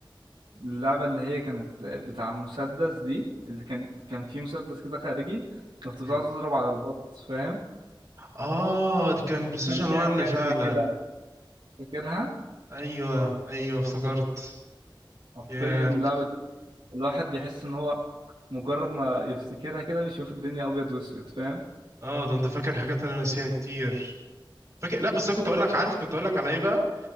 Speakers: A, on the right (about 75°); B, on the right (about 40°).
A: اللعبة اللي هي كانت بتاع المسدس دي اللي كان كان فيه مسدس كده خارجي كنت
B: مم.
A: بتقعد تضرب على البط فاهم
B: اه دي كان بلاي ستيشن
A: كان فيها
B: 1
A: كلب
B: فعلا
A: كده فاكرها
B: ايوه ايوه افتكرت
A: حرفيا
B: يا
A: اللعبة دي الواحد بيحس ان هو مجرد ما يفتكرها كده بيشوف الدنيا ابيض واسود فاهم
B: اه ده انت فاكر حاجات انا ناسيها كتير فاكر لا بس أنا كنت اقول لك عارف كنت اقول لك على ايه بقى